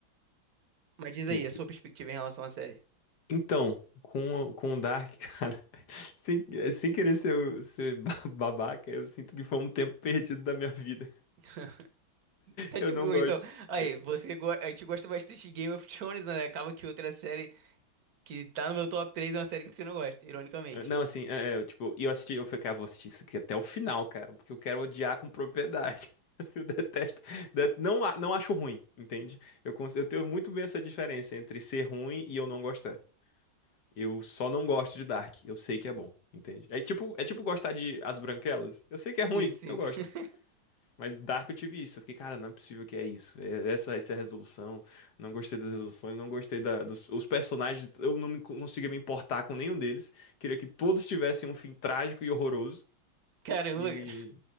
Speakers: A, on the right; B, on the left.
A: Mas diz
B: E-
A: aí, a sua
B: e-
A: perspectiva em relação à série.
B: Então, com, o- com o Dark, cara, <laughs> sem, sem querer ser, o- ser <laughs> ba- babaca, eu sinto que foi um tempo perdido da minha vida.
A: <laughs> Tá
B: Eu
A: de boa,
B: não gosto.
A: então. Aí,
B: Eu-
A: você go... a gente gosta bastante de Game of Thrones, mas acaba que outra série que tá no meu top 3 é uma série que você não gosta, ironicamente.
B: não, assim, é, é, tipo, e eu assisti, eu falei, cara, vou assistir isso aqui até o final, cara, porque eu quero odiar com propriedade. <laughs> Assim, eu detesto. det- não, a- não acho ruim, entende? Eu, cons- eu tenho muito bem essa diferença entre ser ruim e eu não gostar. Eu só não gosto de Dark. Eu sei que é bom, entende? É tipo, é tipo gostar de As Branquelas. Eu sei que é
A: Sim,
B: ruim,
A: sim.
B: eu gosto.
A: <laughs>
B: Mas Dark eu tive isso. Eu fiquei, cara, não é possível que é isso. É- essa, essa é a resolução. Não gostei das resoluções, não gostei da- dos os personagens. Eu não me, conseguia me importar com nenhum deles. Queria que todos tivessem um fim trágico e horroroso.
A: Caramba,
B: E.